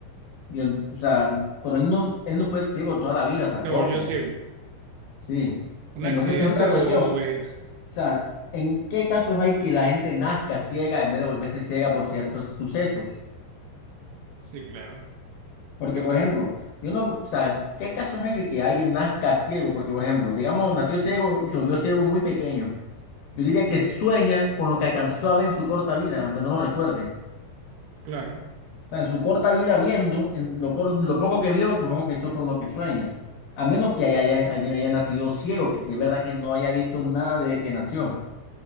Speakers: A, on the left; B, on the right.
A: Y él- o sea, pero él no, él no fue ciego toda la vida tampoco.
B: Se volvió ciego.
A: Sí.
B: ¿Un
A: Entonces
B: accidente
A: es otra cuestión.
B: o
A: O
B: vejez?
A: sea, ¿en qué casos hay que la gente nazca ciega en vez de volverse ciega por ciertos sucesos?
B: Sí, claro.
A: Porque,
B: Cla-
A: por ejemplo, yo no, o sea, ¿qué casos hay de que alguien nazca ciego? Porque, por ejemplo, digamos, nació ciego y se volvió ciego muy pequeño. Yo diría que sueña con lo que alcanzó a ver en su corta vida, aunque no lo recuerde. O
B: claro.
A: sea, en su corta vida viendo, en lo, cor- lo poco que vio, supongo que eso es con lo que sueña. A menos que haya, haya- alguien haya nacido ciego, que si es verdad que no haya visto nada desde que nació.